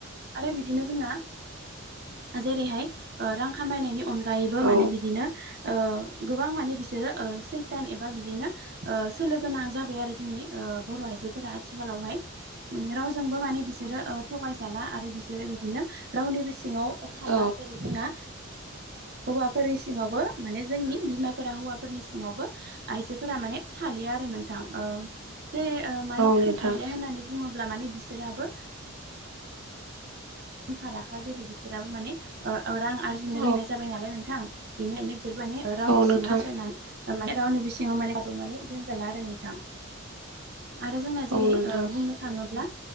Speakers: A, on the right; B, on the right.
A: आरो बिदिनो जोंना जेरैहाय रां खामायनायनि अनगायैबो
B: औ
A: माने बिदिनो गोबां माने बिसोरो सैथान एबा बिदिनो सोलो गोनां जाबाय आरो जोंनि बर' आइजोफोरा आथिखालावहाय रावजोंबो मान बिसोरो थखाय जाला आरो बिसोरो बिदिनो रावनिबो सिङाव थाला
B: औ
A: जेरै जोंना हौवाफोरनि सिङावबो माने जोंनि बिमाफोरा हौवाफोरनि सिङावबो आइजोफोरा माने थालिया आरो नोंथां जेरै मानि
B: औ
A: थाखाय
B: नोंथां
A: थालिया होननानै बुङोब्ला माने बिसोराबो रोंखा राखा जेरै बिसोराबो माने रां आरजिनो
B: औ
A: रोंनाय जाबाय नालाय नोंथां बेनिखायनो बिसोर माने रावनिबो
B: औ नोंथां
A: सिङाव नासयनानै रावनिबो सिङाव माने गादबनानै दोनजाला आरो नोंथां आरो जोंना जेरै
B: औ नोंथां औ नोंथां
A: बुंनो थाङोब्ला